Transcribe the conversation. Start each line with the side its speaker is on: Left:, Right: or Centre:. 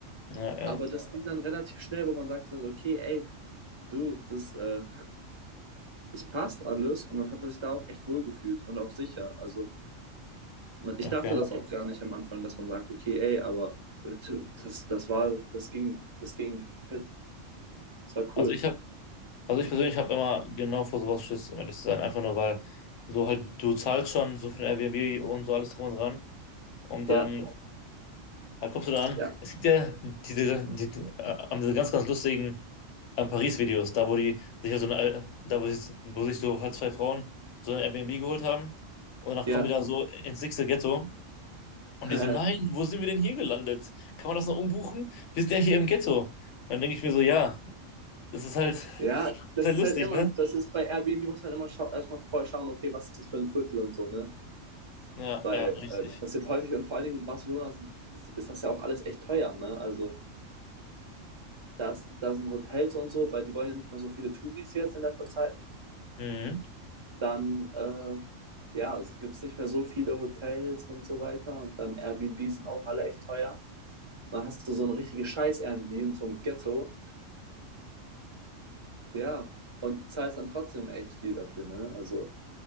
Left: Ja, ja,
Right: Aber das ging dann relativ schnell, wo man sagt, so, okay, ey, du, das, äh, das passt alles. Und dann hat man sich da auch echt wohlgefühlt und auch sicher. Also man, ich
Left: okay.
Right: dachte das auch gar nicht am Anfang, dass man sagt, okay, ey, aber äh, du, das, das war, das ging, das ging fit. Das war
Left: Also
Right: cool.
Left: ich habe, also ich persönlich habe immer genau vor sowas Schiss, um ehrlich zu sein, einfach nur weil so halt du zahlst schon so für ein Airbnb und so alles drum und dran und
Right: Ja,
Left: dann halt kommst du da an.
Right: ja,
Left: Es gibt ja diese, die, die, äh, haben diese ganz, ganz lustigen ähm, Paris-Videos, da wo die sich ja so eine, äh, da wo sich, wo sich so halt zwei Frauen so ein Airbnb geholt haben und danach
Right: ja.
Left: kommen die da so ins nächste Ghetto Und
Right: <laughs>
Left: die so, nein, wo sind wir denn hier gelandet? Kann man das noch umbuchen? Wir sind ja hier im Ghetto. Und dann denke ich mir so, ja, das ist halt
Right: Ja,
Left: <laughs>
Right: das
Left: sehr
Right: ist
Left: lustig,
Right: halt immer,
Left: ne?
Right: das ist bei Airbnb muss man immer schau erstmal vorher schauen, okay, was ist das für ein Viertel und so, ne?
Left: Ja,
Right: Weil
Left: ja, richtig.
Right: äh, das passiert häufig und vor allen Dingen in Barcelona sind, ist das ja auch alles echt teuer, ne? Also da, ist, da sind Hotels und so, weil die wollen ja nicht mehr so viele Touris jetzt in letzter Zeit.
Left: Mhm.
Right: Dann, äh, ja, es gibt nicht mehr so viele Hotels und so weiter. Und dann Airbnbs sind auch alle echt teuer. Und dann hast du so eine richtige Scheiß-Airbnb in so einem Ghetto. Ja, und zahlst dann trotzdem echt viel dafür, ne? Also,